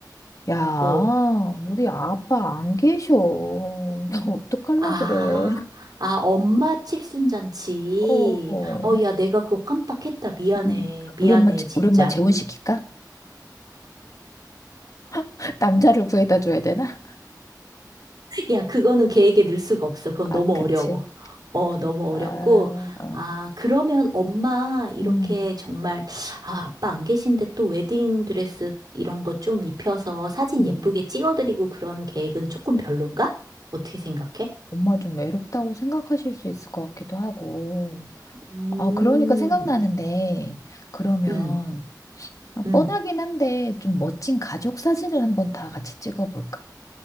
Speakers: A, on the left; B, on the right.
A: 야,
B: 어,
A: 우리 아빠 안 계셔. <laughs> 나 어떡할라
B: 아,
A: 그래.
B: 아, 엄마 칠순잔치.
A: 어,
B: 어, 야, 내가 그거 깜빡했다. 미안해.
A: 음,
B: 미안해,
A: 우리 엄마, 재-
B: 진짜.
A: 우리 엄마 재혼시킬까? <laughs> 남자를 구해다 줘야 되나?
B: 야, 그거는 계획에 넣을 수가 없어. 그건
A: 아,
B: 너무
A: 그치.
B: 어려워. 어,
A: 그,
B: 너무 어렵고.
A: 아, 어,
B: 아, 그러면 엄마, 이렇게
A: 음,
B: 정말, 아, 아빠 안 계신데 또 웨딩 드레스 이런 거 좀 입혀서 사진
A: 음.
B: 예쁘게 찍어드리고 그런 계획은 조금 별론가? 어떻게 생각해?
A: 엄마 좀 외롭다고 생각하실 수 있을 것 같기도 하고.
B: 음,
A: 아, 그러니까 생각나는데, 그러면,
B: 음,
A: 아,
B: 음.
A: 뻔하긴 한데 좀 멋진 가족 사진을 한번 다 같이 찍어볼까?